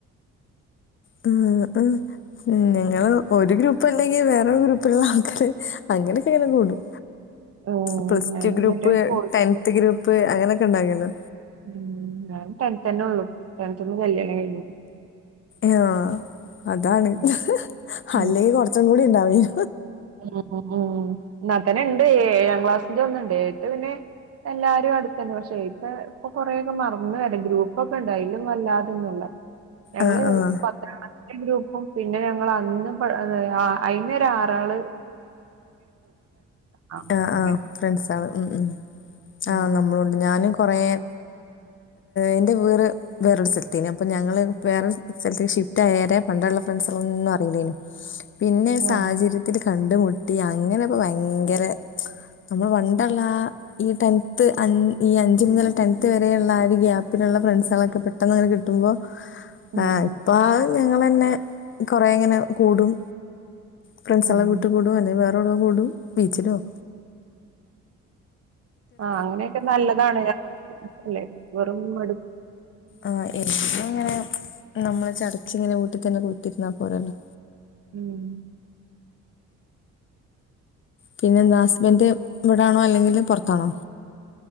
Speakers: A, on the left; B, on the right.
A: <unintelligible> ഞങ്ങള് ഒരു ഗ്രൂപ്പ് ഉണ്ടെങ്കിൽ വേറെ ഗ്രൂപ്പള്ള ആള്ക്കാര്. അങ്ങനെ ചിലര് കൂടും.
B: ആ
A: പ്ലസ്
B: ഞാനിതുവരെ
A: ടു ഗ്രൂപ്പ്.
B: പോയിട്ടില്ല.
A: Tenth group. അങ്ങനെയൊക്കെ ഉണ്ടാകല്ലോ?
B: ഉ ഞാൻ ടെൻതെ ന്നെ ഉള്ളു ടെൻത് ന്ന് കല്യാണം കഴിഞ്ഞു.
A: ആ അതാണ്
B: ഉം ഉം
A: അല്ലെങ്കിൽ കൊറച്ചും കൂടി ഇണ്ടാവനു.
B: ഉം ഉ ഉം എന്നാൽത്തന്നെ ഉണ്ട്. ഏഴാം ക്ലാസ്സിന്റെ ഒന്ന്ണ്ട്. ഏട്ട് പിന്നെ എല്ലാരും അടുത്തന്നണ്ട് പക്ഷെ ഇപ്പ ഇപ്പൊ കൊറേൊക്കെ മറന്ന വരാ ഗ്രൂപ്പൊക്കെ ഉണ്ട് അതിലും വല്ലാതന്നല്ല. ഞങ്ങള്
A: ആ ആ
B: പത്തനാം ക ഗ്രൂപ്പും പിന്നെ ഞങ്ങൾ അന്ന് പ അയ്നൊരാരാള്. ആ
A: ആഹ
B: അങ്ങനെ
A: ആഹ ഫ്രണ്ട്സാണ് ഉ ഉ.
B: ഉം
A: ആഹ നമ്മളുണ്ട് ഞൻ കൊറെ എന്റെ വീട് വേറൊരു സ്ഥലത്തേന്. അപ്പൊ ഞങ്ങള് വേറെൊരു സ്ഥലത്തെക് ഷിഫ്റ്റ് ആയ പണ്ടുള്ള ന്നും അറില്ലേയ്ന് പിന്നെ സാഹചര്യത്തിൽ
B: ആ
A: കണ്ടു മുട്ടി. അങ്ങനെപ്പോ ഭയങ്കര നമ്മൾ പണ്ടുള്ള ആ ഈ ടെൻത് അഞ്ച് ഈ അഞ്ച് മുതൽ ടെൻത് വരെയുള്ള ആ ഒരു ഗ്യാപ്പിലുള്ള നല്ല ഫ്രണ്ട്സ്ളൊക്കെ പെട്ടന്നങ്ങനെ കിട്ടുമ്പോ
B: ഉം
A: ആ ഇപ്പൊ ഞങ്ങളെന്നെ കൊറെ ഇങ്ങനെ കൂടും. ഫ്രണ്ട്സൊളെ
B: ഉം
A: വിട്ട്കൂടും. അല്ലെങ്കി വേറെോടോ കൂടും ബീച്ചിലും.
B: ആ അങ്ങനെയൊക്കെ നല്ലതാണ് ലെ വെറും മട്
A: ആ എനിക്ക് അങ്ങനെ നമ്മള് ചടച്ചിങ്ങനെ വീട്ടിൽ തന്നെ കൂട്ട് രുന്നാ പോരല്ലോ
B: ഉം
A: പിന്നെ എന്താ ഹസ്ബൻഡ് ഇവിടാണോ അല്ലെങ്കില് പൊറത്താണോ